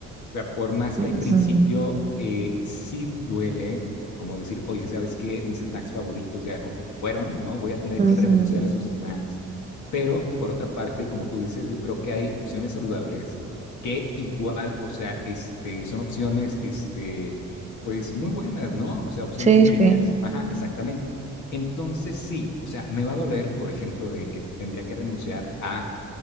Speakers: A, on the left; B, on the right.
A: sea, por más
B: Ujú,
A: que al principio eh, sí duele, como decir, oye, ¿sabes qué? Mis snacks favoritos ya como que fueron, ¿no? Voy a tener
B: ujú.
A: que renunciar a esos snacks. Pero por otra parte, como tú dices, yo creo que hay opciones saludables que igual, o sea, este, son opciones, este, pues muy buenas, ¿no? O sea, opciones
B: Sí,
A: muy ricas.
B: sí.
A: Ajá, exactamente. Entonces sí, o sea, me va a doler, por ejemplo, de que tendría que renunciar a